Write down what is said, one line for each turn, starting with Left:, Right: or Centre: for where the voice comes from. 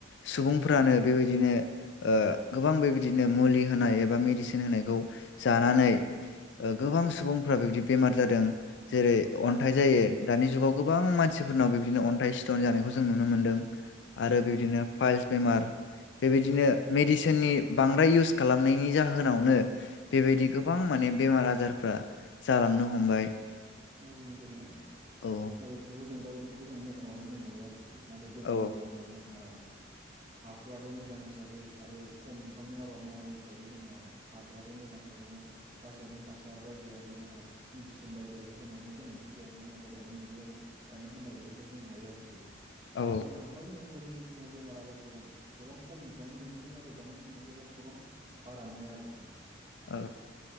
Left: सुबुंफ्रानो बेबायदिनो ओ गोबां बेबायदिनो मुलि होनाय एबा मेडिसिन होनायखौ जानानै गोबां सुबुंफ्रा बेबादि बेमार जादों जेरै
Right: औ नंगौ औ
Left: अन्थाइ
Right: नंगौ नंगौ
Left: जायो दानि जुगाव गोबां मानसि मानसिफोरनाव बिदिनो अन्थाइ सिथन जानायखौ जों नुनो मोन्दों
Right: नंगौ
Left: आरो बिदिनो फाइल्स बेमार बेबायदिनो मेदिसिन थोननि बांद्राय इउस खालामनायनि जाहोनावनो बेबायदि गोबां माने बेमार आजारफ्रा जालांनो हमबाय
Right: नौ नंगौ नंगौ
Left: औ
Right: दा बेफोरखौ जों दा बे फोरखौ जों मख'नानै बुंनो हायो आरोखि नाथाय गोदोनि
Left: औ
Right: दिनाव जोंहा हाफोराबो मोजां हिसाबै आरो खम बिबांनि आबाद मावनाय हिसाबै जोंहा हाफ्राबो मोजां थायोमोन रासायनिक हासार बायदियारि जोंहा मेडिसिन बायदियारि होनायनि गोनांथि गैयामोन नाथाय दानि मुगायाव दा नों होननाय बायदिखौ बुंनो हायो आरोखि दा
Left: औ
Right: बुंनो थाङोबा जोङो गोदोनि दिनाव बेमार आजारखौ गोबां खम बिबांनि मोनोमोन नाथाय दानि मुगायाव गोबां बारा मोनो आरोखि
Left: ओ